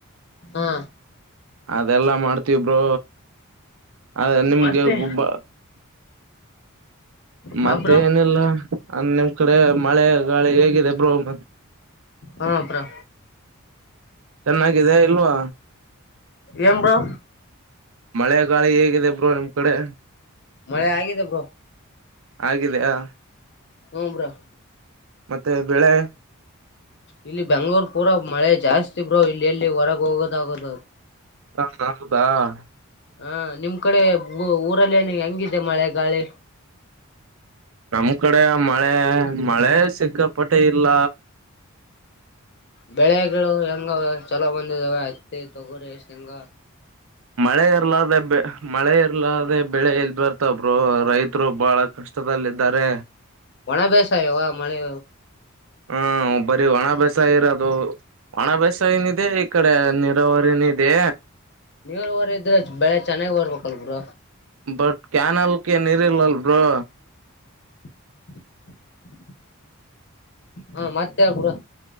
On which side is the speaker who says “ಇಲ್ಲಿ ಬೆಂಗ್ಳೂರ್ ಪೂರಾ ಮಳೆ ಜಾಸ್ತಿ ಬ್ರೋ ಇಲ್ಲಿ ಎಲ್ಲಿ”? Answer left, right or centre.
Left